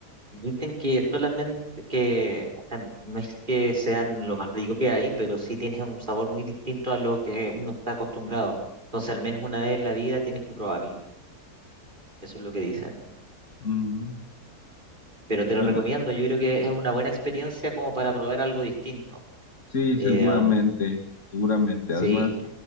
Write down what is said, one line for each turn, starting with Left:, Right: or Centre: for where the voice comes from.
Right: dicen que solamente que, o sea, no es que sean lo más rico que hay, pero sí tienes un sabor muy distinto a lo que uno está acostumbrado. Entonces, al menos una vez en la vida tienes que probarlo. Eso es lo que dicen.
Left: Mm,
Right: pero te
Left: suena-
Right: lo recomiendo, yo creo que es una buena experiencia como para probar algo distinto.
Left: sí,
Right: Eh,
Left: seguramente,
Right: am,
Left: seguramente.
Right: sí,
Left: Además,